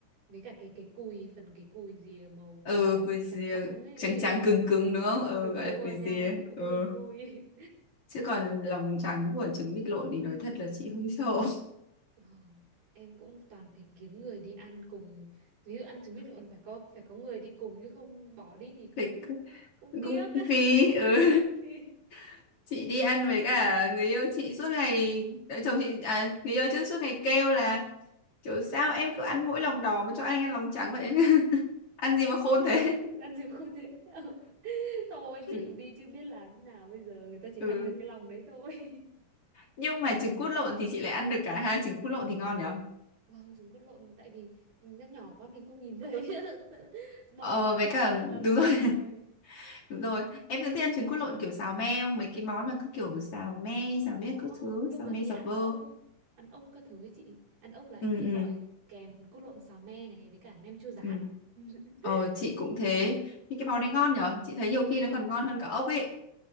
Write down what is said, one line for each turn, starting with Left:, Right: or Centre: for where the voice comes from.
Right: với cả cái cái cùi phần cái cùi rìa màu
Left: ừ
Right: màu
Left: quỳ gì
Right: trắng trắng ấy
Left: trắng trắng
Right: <laughs> gọi là
Left: cứng cứng đúng không
Right: cứng
Left: ừ
Right: cứng
Left: gọi
Right: đúng
Left: là
Right: rồi
Left: quỳ
Right: nhai
Left: gì
Right: cũng
Left: ừ
Right: vui vui
Left: chứ còn lòng trắng của trứng vịt lộn thì nói thật là chị hơi sợ <laughs>
Right: Ờ, em cũng toàn phải kiếm người đi ăn cùng ví dụ ăn trứng vịt lộn là phải có phải có người đi cùng chứ không bỏ đi thì cũng
Left: Thì
Right: cũng
Left: cũng
Right: tiếc
Left: cũng phí ừ.
Right: <laughs> Vì-
Left: <laughs> chị đi ăn với cả người yêu chị suốt ngày à, chồng chị à người yêu chứ suốt ngày kêu là kiểu sao em cứ ăn mỗi lòng đỏ mà cho anh ăn lòng trắng vậy <laughs> ăn gì mà khôn
Right: trời
Left: thế
Right: ơi ăn gì mà không thế Ờ, <laughs> thôi
Left: <laughs>
Right: chịu đi chứ biết làm thế nào bây giờ người ta chỉ
Left: ừ.
Right: ăn được cái lòng đấy thôi
Left: nhưng mà trứng cút lộn thì chị lại ăn được cả hai trứng cút lộn thì ngon nhở
Right: <laughs> vâng trứng cút lộn tại vì nó nhỏ quá mình không nhìn thấy <laughs> bỏ
Left: ờ
Right: vào
Left: với
Right: phát
Left: cả
Right: là là xong
Left: đúng rồi
Right: rồi
Left: <laughs> đúng rồi em cứ thích ăn trứng cút lộn kiểu xào me không mấy cái món mà cứ kiểu xào me
Right: có
Left: xào
Right: có
Left: me các thứ
Right: lúc
Left: xào
Right: mà
Left: me
Right: đi
Left: xào
Right: ăn
Left: bơ
Right: ốc ăn ốc các thứ ấy chị ăn ốc là em
Left: ừ
Right: hay
Left: ừ
Right: gọi kèm cút lộn xào me này với cả nem chua rán
Left: Ừ.
Right: <laughs>
Left: Ờ chị cũng thế Thì cái món đấy ngon nhở Chị thấy nhiều khi
Right: Ồ,
Left: nó còn ngon hơn cả ốc ấy